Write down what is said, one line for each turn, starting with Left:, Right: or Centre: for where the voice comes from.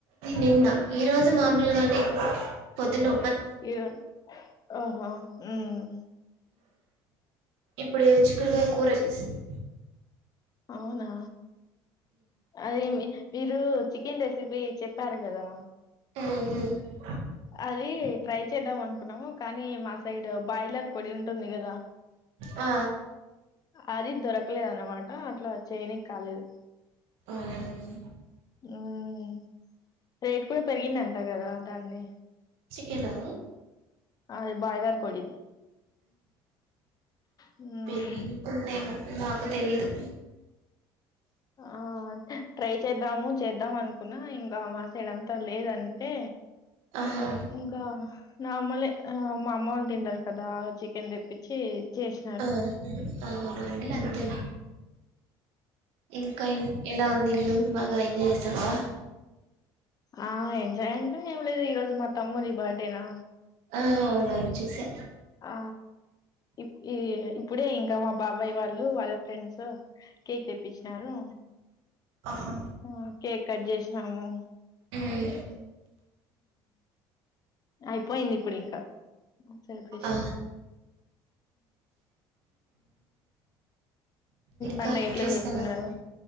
Right: నిన్న ఈ రోజు మామూలుగానే పొద్దునొ
Left: ఇగ ఆహ హ్మ్మ్
Right: ఇప్పుడు చిక్కుడుకాయ కూర చేసింది
Left: అవునా అదే మీరు చికెన్ రెసిపీ అదే చెప్పారు కదా
Right: టే
Left: అది ట్రై చేద్దాం అనుకున్నాము కానీ మా సైడ్ బాయిలర్ కోడి ఉంటుంది కదా
Right: ఆ
Left: అది దొరకలేదు అనమాట అట్లా చేయనికి కాలేదు
Right: అవునండి
Left: హ్మ్. రేట్ కూడా పెరిగిందంటా కదా దాన్ది
Right: చికెనా
Left: అ బయిలర్ కోడిది హ్మ్.
Right: పెరిగింటుందేమో నా తెలీదు
Left: ఆ అదే ట్రై చేద్దాము చేద్దాం అనుకున్నా ఇంకా మాసైడ అంతా లేదంటే
Right: ఆహా
Left: ఇంకా నారమలే మా అమ్మ వాళ్ళు తింటారు కదా చికెన్ తెప్పించి చేసినారు
Right: ఆ అవునవును
Left: హమ్
Right: అంతేలే ఇంకా ఎలా ఉంది ఇల్లు బాగా ఎంజాయ్ చేసానువా
Left: ఆ ఎంజాయ్ అంటా ఏం లేదు ఈ రోజు మా తమ్ముది బర్త్డేనా
Right: ఆ అవున అవును చూసే
Left: ఆ ఇ ఈ ఇప్పుడే ఇంకా మా బాబాయ్ వాళ్ళు వాళ్ళ ఫ్రెండ్స్ కేక్ తెప్పించినారు
Right: ఆహా
Left: ఆ కేక్ కట్ చేసినాము
Right: ఉమ్,
Left: అయిపోయింది ఇప్పుడు ఇంకా సెలిబ్రేషస్
Right: ఆ ఇంకా
Left: పండగ
Right: ఏం
Left: ఎట్లా
Right: చేస్తన్నారు
Left: జరుపుకున్నారు